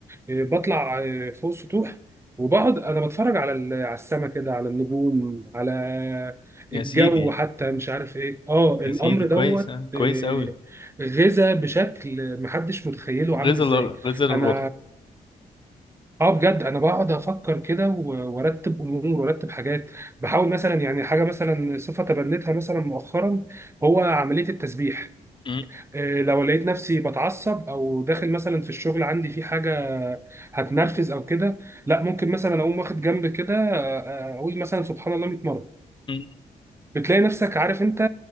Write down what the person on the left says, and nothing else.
يا
سيدي
يا سيدي كويس
آه، كويس
قوي
غزل
غزل
الروح
مم،
مم،